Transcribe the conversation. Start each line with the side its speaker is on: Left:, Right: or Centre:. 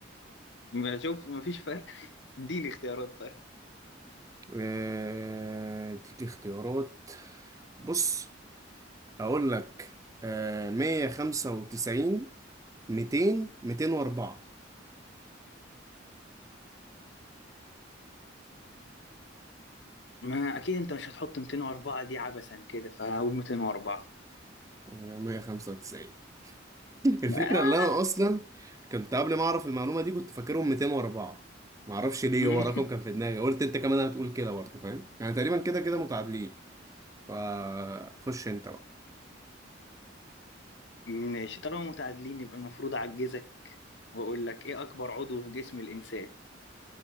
Left: <laughs> ما شوف ما فيش فرق اديني اختيارات طيب
Right: آه، اديك اختيارات بص اقول لك آه، مية خمسة وتسعين ميتين ميتين وأربعة
Left: ما أكيد أنت مش هتحط 204 دي عبثا كده فهقول 204
Right: آه، مية خمسة وتسعين. الفكرة
Left: آه.
Right: اللي أنا أصلا كنت قبل ما أعرف المعلومة دي كنت فاكرهم 204 معرفش ليه
Left: <laughs>
Right: هو رقم كان في دماغي قلت أنت كمان هتقول كده برضه فاهم يعني تقريبا كده كده متعادلين فخش أنت بقى
Left: ماشي طالما متعادلين يبقى المفروض أعجزك وأقول لك إيه أكبر عضو في جسم الإنسان